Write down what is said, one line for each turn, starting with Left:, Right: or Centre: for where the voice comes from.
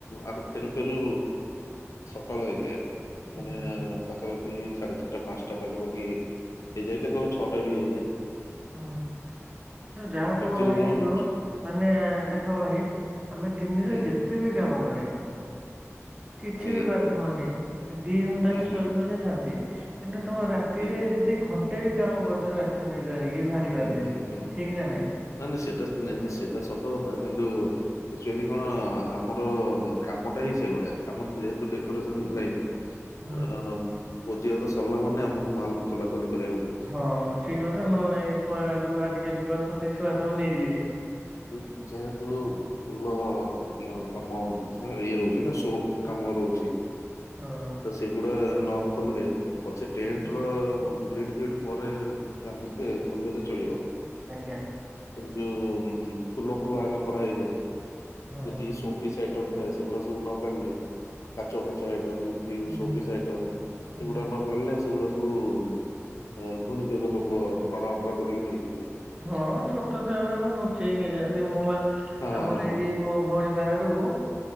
Left: ଆ ଫେରୁ ଫେରୁ ସକାଳ ହେଇଯାଏ।
Right: ହୁଁ।
Left: ମାନେ ପାଖାପାଖି ସାଢେ ଛାଟା ପାଞ୍ଚଟା ପାଖାପାଖି ହେଇଯାଏ କେତେବେଳେ ଛଟା ବି ହେଇଯାଏ।
Right: ହଁ ତୁ ଯାହା କୁହ
Left: ଆକ୍ଚୁଆଲି
Right: ଭାଇ
Left: କଣ
Right: କିନ୍ତୁ
Left: ହୁଁ
Right: ମାନେ ଦେଖ ଭାଇ ଆମେ ଦିନିରେ
Left: ହୁଁ
Right: ଯେତେ ବି କାମ କରେ କିଛି
Left: ଆଜ୍ଞା
Right: ବି ବଧି ବନି ଦି ଘଣ୍ଟା
Left: ହୁଁ
Right: ବି
Left: ହୁଁ
Right: ଶୋଇପଇଲେ ବି ଶାନ୍ତି। କିନ୍ତୁ ତମେ ରାତିରେ
Left: ଆଜ୍ଞା
Right: ଯଦି ଘଣ୍ଟେ ବି କାମ କରୁଛ ରାତି ଅନିଦ୍ରା ହେଇକି ଇଏ ଭାରି
Left: ହୁଁ
Right: ବାଧେ
Left: ହୁଁ ହୁଁ ହୁଁ
Right: ଠିକ ନା ନାଇଁ
Left: ନା ନା ସେଇଟା ନାଇଁ ତ ସେଇଟା ସତ କଥା କିନ୍ତୁ ଆକ୍ଚୁଆଲି କଣ ଆମର କାମଟା ହିଁ ସେଇଭଳିଆ ଆମର ଯେହେତୁ ଡେକୋରେସନ ଲାଇନ
Right: ହୁଁ
Left: ଅ ଭୋଜିଭାତ ସରିଲା ମାନେ ଆମକୁ ମାଲ ଖୋଲା ଖୋଲି କରିବାକୁ ପଡ଼େ
Right: ହଁ ଠିକ କଥା ନହେଲେ ନାଇଁ ଛୁଆ ଯୋଉ ଆଜିକାଲିକା ଅଛନ୍ତି ଛୁଆ ସବୁ ନେଇଯିବେ
Left: ଉଁ ଯେହେ ତୁ ଫୁଲ କାମ ଇଏ ରହୁଛି ତ ସବୁ କାମ ରହୁଛି
Right: ହଁ
Left: ତ ସେଗୁଡା ନ ଖୋଲିଲେ ପଛେ ଟେଣ୍ଟ ର ଗ୍ରୀଡ ଫ୍ରିଡ ପରେ ବାନ୍ଧ ଏ ଖନ୍ଦାରେ ଚଳିବ
Right: ଆଜ୍ଞା
Left: କିନ୍ତୁ ଫୁଲ ଫୁଲ ଆଗ କଢାହେଇଯାଏ
Right: ହଁ
Left: ଯେତିକି ସୋ ପିସ୍ ଆଇ ଆଇଟମ୍ ସେଗୁଡାକ ସବୁ ନ କାଢିଲେ କାଚ ଫାଚ ଆଇଟମ୍ କି
Right: ହୁଁ
Left: ସୋ ପିସ୍ ଆଇଟମ୍ ସେଗୁଡା
Right: ହୁଁ
Left: ନ କାଢିଲେ ସେଗୁଡାକ ଧୂଳି ଦେବେ ଲୋକ ଟଣା ଓଟରା କରିକି ନେଇଯିବେ।
Right: ହଁ ଛୋଟ ଛୁଆଗୁରାକୁ ଲୁଚେଇ ନେଇଯାଆନ୍ତି ମୁଁ ବା
Left: ହଁ
Right: ଆମର ସେଇଠି ମୋ ଭଉଣୀ ବାହାଘରକୁ